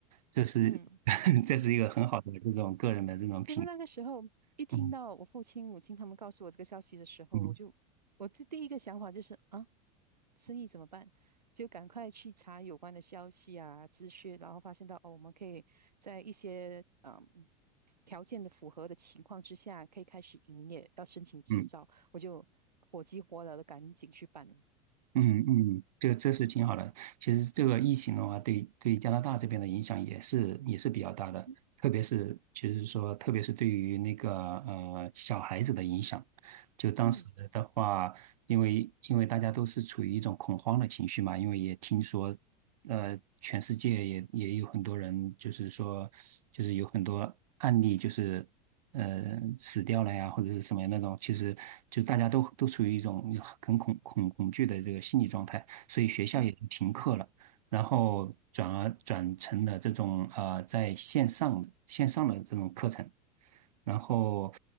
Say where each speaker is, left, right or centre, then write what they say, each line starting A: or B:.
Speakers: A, on the right (about 70°); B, on the right (about 85°).
A: 这是
B: 嗯，
A: <laughs> 这是一个很好的这种个人的这种品，
B: 因为那个时候一听到我父亲、
A: 嗯
B: 母亲他们告诉我这个消息的时候，
A: 嗯
B: 我就我的第一个想法就是啊。生意怎么办？就赶快去查有关的消息啊、资讯，然后发现到哦，我们可以在一些嗯条件的符合的情况之下，可以开始营业，要申请执照，
A: 嗯
B: 我就火急火燎的赶紧去办了。
A: 嗯嗯，这个这是挺好的。其实这个疫情的话，对对加拿大这边的影响也是也是比较大的，
B: 嗯哼
A: 特别是就是说特别是对于那个呃小孩子的影响。就当时的话，
B: 嗯
A: 因为因为大家都是处于一种恐慌的情绪嘛，因为也听说，呃，全世界也也有很多人，就是说，就是有很多案例，就是呃死掉了呀，或者是什么那种，其实就大家都都处于一种很恐恐恐惧的这个心理状态，所以学校也就停课了。
B: 嗯
A: 然后转而转成了这种呃在线上的线上的这种课程，然后